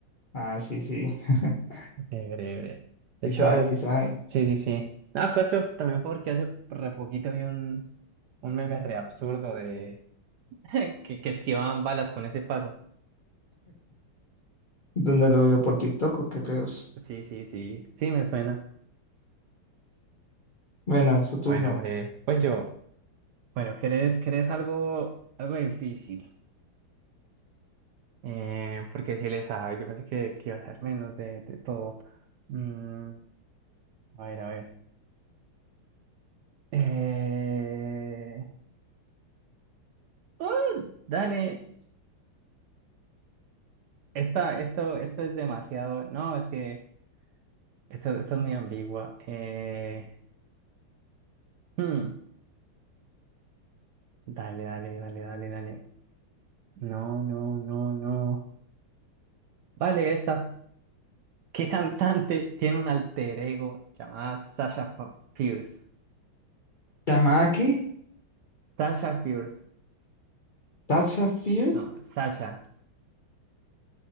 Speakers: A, on the left (about 80°); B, on the right (about 80°).
A: Ah, sí, sí. <laughs>
B: Breve, breve, breve. De
A: Sí
B: hecho,
A: sabe, sí sabe.
B: sí, sí, sí. No, claro, también porque hace re poquito vi un, un meme re absurdo de... <laughs> que, que esquivaban balas con ese paso.
A: ¿Dónde lo vio? ¿Por TikTok o qué pedos?
B: Sí, sí, sí. Sí, me suena.
A: Bueno, su turno.
B: Bueno, breve. Pues yo... Bueno, ¿querés, querés algo, algo difícil? Eh, porque si le sabe, yo pensé que, que iba a ser menos de, de todo. Mm, a ver, a ver. Eh... ¡Ah! dale, esta, esto, esto es demasiado. No, es que esto, esto es muy ambigua. Eh... hmm, Dale, dale, dale, dale, dale. No, no, no, no. Vale, esta. ¿Qué cantante tiene un alter ego llamada Sasha Fierce?
A: Tamaki,
B: Sasha Fierce.
A: Sacha Fierce,
B: No, Sasha.